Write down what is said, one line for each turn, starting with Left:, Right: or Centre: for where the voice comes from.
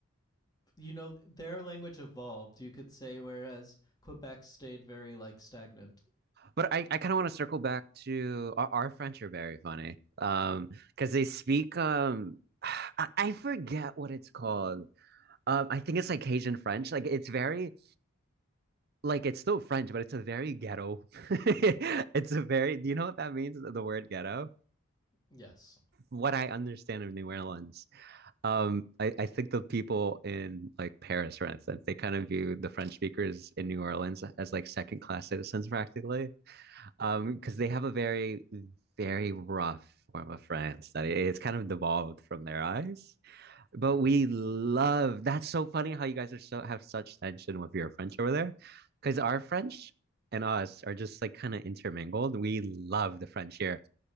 Left: you know their language evolved, you could say whereas Quebec stayed very like stagnant.
Right: But I, I kind of want to circle back to our, our French are very funny. Um, because they speak um I, I forget what it's called. Um, I think it's like Cajun French. Like it's very like it's still French, but it's a very ghetto. <laughs> It's a very do you know what that means? The word ghetto?
Left: Yes.
Right: What I understand of New Orleans. Um, I, I think the people in like Paris, for instance, they kind of view the French speakers in New Orleans as like second class citizens practically. Um, because they have a very, very rough form of France that it- it's kind of devolved from their eyes. But we love that's so funny how you guys are so have such tension with your French over there. Because our French and us are just like kind of intermingled. We love the French here